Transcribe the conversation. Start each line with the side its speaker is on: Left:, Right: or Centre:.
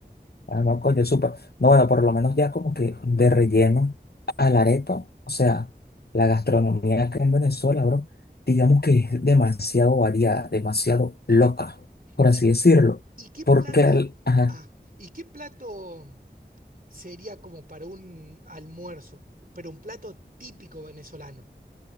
Left: ah, no, coño, supa, no, bueno, por lo menos ya como que de relleno a la arepa, o sea, la gastronomía acá en Venezuela, bro, digamos que es demasiado variada, demasiado loca, por
Right: ¿Y,
Left: así decirlo,
Right: y qué
Left: porque,
Right: plato,
Left: al- ajá,
Right: ah, y qué plato sería como para un almuerzo, pero un plato típico venezolano?